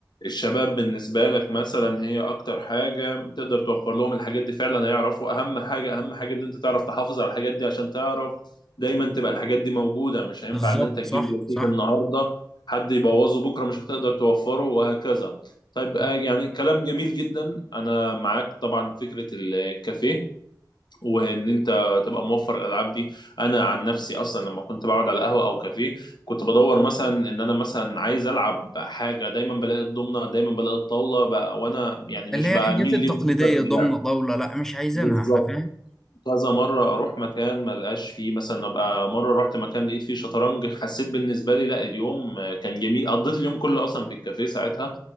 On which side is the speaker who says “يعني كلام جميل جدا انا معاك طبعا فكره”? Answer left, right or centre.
Left